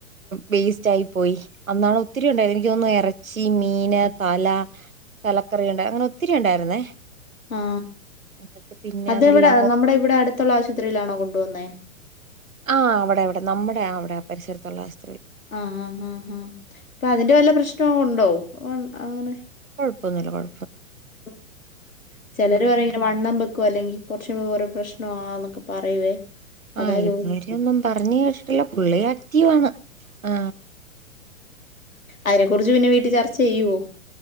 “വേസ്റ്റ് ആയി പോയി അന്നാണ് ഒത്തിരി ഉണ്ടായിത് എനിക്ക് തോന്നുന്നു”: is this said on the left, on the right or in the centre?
Right